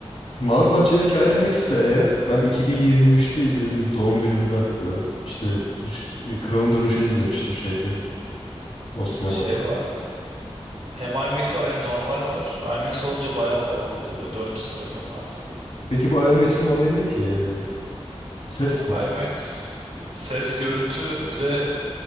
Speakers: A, on the left; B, on the right.
A: Mavi Bahçe'deki IMAX ise eğer ben 2023'te izledim. Doğum günümde hatta. İşte Yüzük- Kralın Dönüşü'nü izlemiştim şeyde. O sinemada.
B: Şey var. Hem IMAX var hem normal var. IMAX olunca bayağı pahalı oluyor böyle 400 lira falan artık.
A: Peki bu IMX'in olayı ne ki yani ses mi?
B: IMAX ses, görüntü bir de